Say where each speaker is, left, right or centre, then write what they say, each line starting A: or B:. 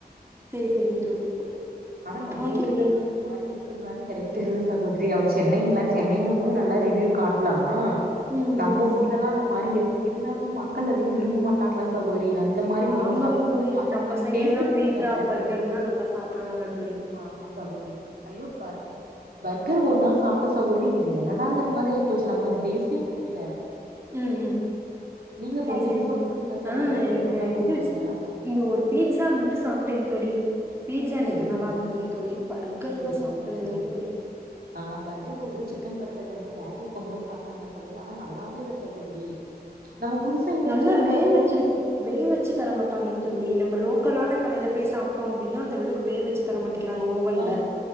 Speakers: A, on the right (about 15°); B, on the right (about 65°).
A: சேரி சேரிங்க தோழி
B: ஆனா
A: ஆமாங்க
B: நம்ம ஊர்லல்லா
A: தோழி.
B: இந்த மாரி இருக்குங்களான்னு கிடையா தெரில சகோதரி அவ சென்னைங்களா சென்னைங்கு போது நல்லா ரிவியூலா காட்னா
A: ம்
B: நம்ம
A: ம்
B: ஊர்லல்லா அந்த மாரி இருக்கு இருந்தாலுமே மக்கள் அதிகோ விரும்ப மாட்டாங்களா சகோதரி அந்த மாரி உணவு
A: ஆமாங்க
B: சாப்பிறவங்களுக்கு
A: தோழி
B: அந்த
A: நம்ம
B: மாரி
A: சைட்ல
B: டேஸ்ட்
A: எல்லா
B: புடிக்காது
A: பீட்சா <unintelligible> நல்லா சாப்பிடுவாங்க தோழி
B: ஆமா சகோதரி ஐயோ பார்க் பர்கர் ஒரு நாள் சாப்பிட்டே சகோதரி இது என்னடாங்கிற மாரி ஆயி போச்சு நமக்கு அந்தடேஸ்டே புடிக்கல
A: ம் ம்
B: நீங்க
A: சேரி
B: பா நீங்க
A: சேரிங்க
B: சாப்ட்ருக்கீங்களா சகோதரி
A: ஆ
B: பர்கர்ல்லா
A: எனக்கு
B: புடிக்குங்களா
A: இது இங்க ஒரு பீட்சா மட்டு சாப்பிட்டேங் தோழி பீ்ட்சா
B: சேரிங்க
A: நிகர் நல்லா இருந்ததுங்க தோழி பர்கர் எல்லா
B: சேரிங்க
A: சாப்பிட்டது
B: சகோதரி
A: இல்லைங்க தோழி
B: ஆ பர்கர் ஒரு தடவ சிக்கன் பர்கர் வந்து பேட்டரி போம்போது சாப்பிட்டாங்கள சகோதரி ஆனா நல்லாவேல்ல சகோதரி நம்ம புதுசா ஏதாச்சு
A: நல்லா
B: நம்ம
A: வேக
B: ஹோட்டல்
A: வச்சிரு வேக வச்சு தரட்டமாட்டாங்க தோழி நம்ம லோக்கலான கடையில போய் சாப்ட்டோ அப்டினா அந்தளவுக்கு வேக வச்சு தர மாட்டாங் க்றாங்க ஓவன்ல
B: ஆ